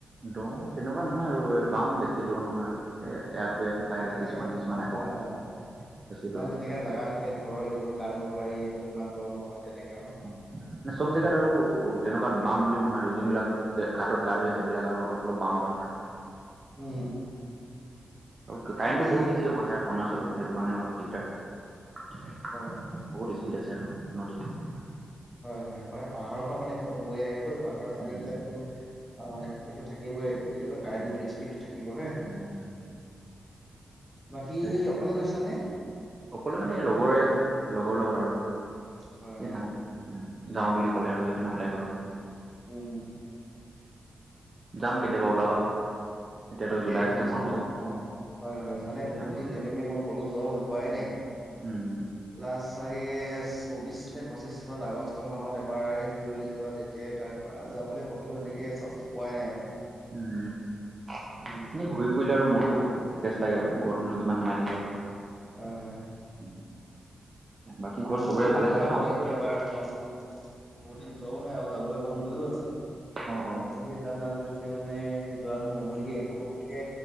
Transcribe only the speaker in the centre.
মানে
অ
অ
অ
মানে
তেনেককাে জাগগা থাকে ধৰ এইডোখৰ গা ধুব পাৰি এইডোখৰ ইমান দৰ নহয় তেনেকে
উম
বাকী
অ
হয় হয় পাই, পাহাৰৰ পৰা মানে পত বৈ আহে তো পাহাৰৰ পানী
বিলাকো অ সটো থাকিবই বুলি, কাৰেণ্ট
বলে স্পীডটো থাকিব হে।
বাকী
অকলে গৈছিলানে।
হয়
অ
উ হম,
তাকে
ভাবিছো
অ হয় হয় মানে
বহুত
দিন
তেনেকে মই কলো যোৱাও সোৱাই নাই।
লাষ্ট চাগে চৌবিশ নে পঁচিশ চনত আগষ্ট মাহত এবাৰহে ফুৰিবলৈ যোৱা তেতিয়াই তাৰ পৰা। যাবলৈ ক'তো এনেকে চাঞ্চ পোৱাই নাই মানে।
উম
হয় হয়।
তাকে
মিলিলেতো
যাব
লাগিব এবাৰ। কাৰণ, বহুত দিন যোৱাও নাই, আৰু যাবলৈ মন গৈও আছে এনেকে
যাম যাম কৰি। খালি মানে যোৱাটো নহয়গে, পতককে